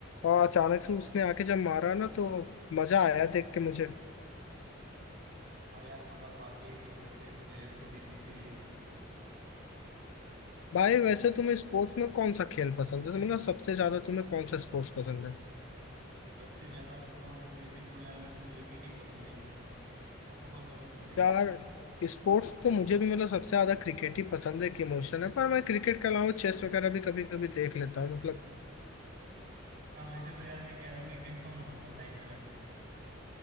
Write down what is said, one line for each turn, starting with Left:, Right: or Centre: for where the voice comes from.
Left: और अचानक से उसने आके जब मारा ना तो मजा आया देख के मुझे
Right: और यार मजा तो आती है कि वैसे प्लेयर्स को देखने के लिए
Left: भाई वैसे तुम्हें स्पोर्ट्स में कौन सा खेल पसंद है मतलब सबसे ज्यादा तुम्हें कौन सा स्पोर्ट्स पसंद है
Right: सबसे ज्यादा स्पोर्ट्स वैसे तो यार मेरे को क्रिकेट ही पसंद है आपको कौन सा पसंद है
Left: यार स्पोर्ट्स तो मुझे भी मतलब सबसे ज्यादा क्रिकेट ही पसंद है एक इमोशन है पर मैं क्रिकेट के अलावा चेस वगैरह भी कभी कभी देख लेता हूँ मतलब
Right: हाँ वैसे तो यार मैं कैरम भी खेलता हूँ ना मतलब टाइम मिला तो